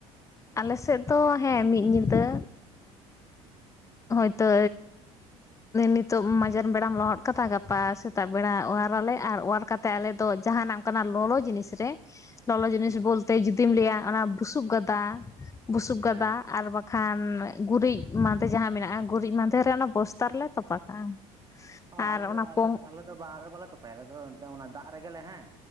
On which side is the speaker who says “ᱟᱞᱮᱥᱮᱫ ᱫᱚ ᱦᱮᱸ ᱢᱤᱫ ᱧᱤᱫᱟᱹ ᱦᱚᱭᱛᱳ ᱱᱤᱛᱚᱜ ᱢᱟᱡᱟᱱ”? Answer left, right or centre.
Left